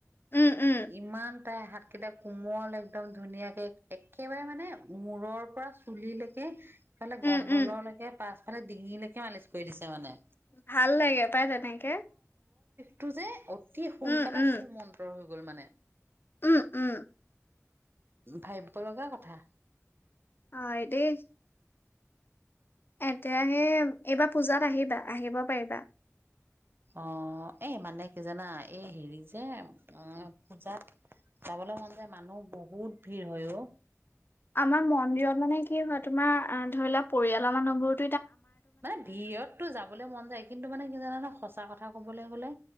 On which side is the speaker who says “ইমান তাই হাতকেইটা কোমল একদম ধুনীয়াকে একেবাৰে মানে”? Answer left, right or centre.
Right